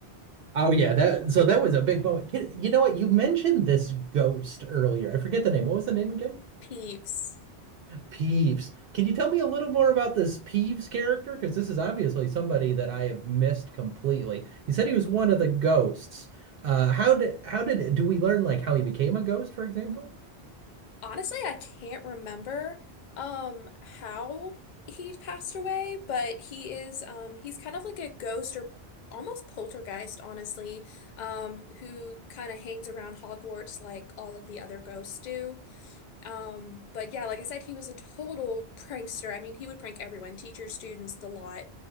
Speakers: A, on the right; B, on the left.
A: Oh yeah, that so that was a big moment. Kid- You know what? You mentioned this ghost earlier. I forget the name. What was the name again?
B: Peeves.
A: Peeves. Can you tell me a little more about this Peeves character? Because this is obviously somebody that I have missed completely. You said he was one of the ghosts. Uh, how did how did do we learn like how he became a ghost, for example?
B: Honestly, I can't remember um how he passed away, but he is um he's kind of like a ghost or almost poltergeist, honestly, um, who kind of hangs around Hogwarts like all of the other ghosts do. Um, but yeah, like I said, he was a total prankster. I mean, he would prank everyone, teachers, students, the lot.